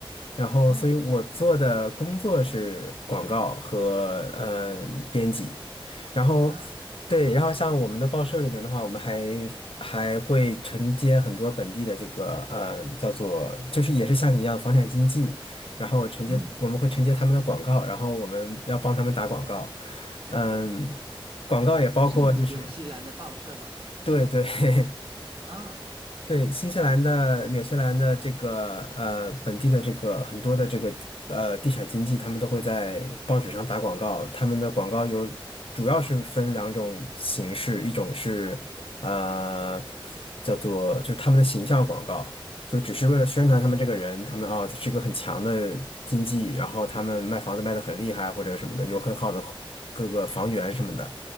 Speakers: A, on the left; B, on the right.
A: 然后所以我做的工作是广告和呃编辑，
B: 啊
A: 然后对，
B: 啊，了解。
A: 然后像我们的报社里面的话，我们还还会承接很多本地的这个呃叫做就是也是像你一样的房产经纪。然后承接我们会承接他们的广告，
B: 嗯，
A: 然后我们要帮他们打广告，嗯，广告也包括就是
B: 是纽西兰的报社吗？
A: 对对，<laughs>
B: 啊，
A: 对，新西兰的、
B: 了解，
A: 纽西兰的这个呃本地的这个很多的这个呃地产经济，他们都会在报纸上打广告。他们的广告有主要是分两种形式，一种是呃叫做就是他们的形象广告，就只是为了宣传他们这个人，他们哦他是一个很强的经济，然后他们卖房子卖得很厉害或者什么的，有很好的各个房源什么的。